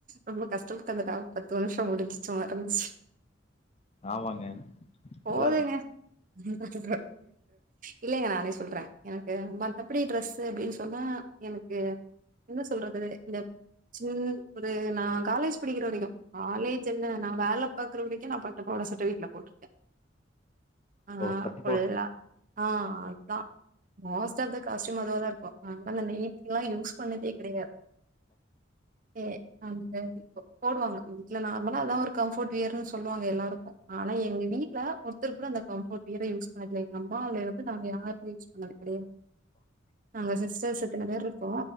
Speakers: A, on the right (about 45°); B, on the left (about 30°).
A: ரொம்ப <unintelligible> பத்து நிமிஷம் முடிஞ்சிச்சோம் ம <unintelligible>
B: ஆமாங்க
A: போதுங்க
B: நல்லா இருந்துச்சு
A: <unintelligible> இல்லலைங்க நானே சொல்றே எனக்கு மத்தபடி ட்ரெஸு அப்புடின்னு சொன்னா எனக்கு என்ன சொல்றது இந்த சின் ஒரு நா காலேஜ் படிக்கிற வரைக்கு காலேஜ் என்ன நா வேல பாக்குற வரைக்கும் நா பாட்டப்போட சர்டிவீட்ல போட்ருக்கே ஆ
B: ஓ பட்டிப்போ
A: ஃபுல்லா ஆ அத்தா மோஸ்ட் ஆஃப் த காஸ்ட்யும் அதுவா தா இருக்கூ அங்கல்லா நைட்டீல்லா யூஸ் பண்ணதே கிடையாத் ஏ அந்த இப்ப போடுவாங்க ம் இல்ல நார்மலா அத்தா ஒரு கம்ஃபர்ட் வியர்ன்னு சொல்லுவாங்க எல்லாருக்கூ ஆனா எங்க வீ ட்ல ஒருத்தருக்கு கூட அந்த கம்ஃபர்ட் வீயர யூஸ் பண்ணதில்ல எங்க அம்மால இருந்து நாங்க யாருமே யூஸ் பண்ணது கிடையது நாங்க சிஸ்டர்ஸு இத்தன பேர்ருக்கோ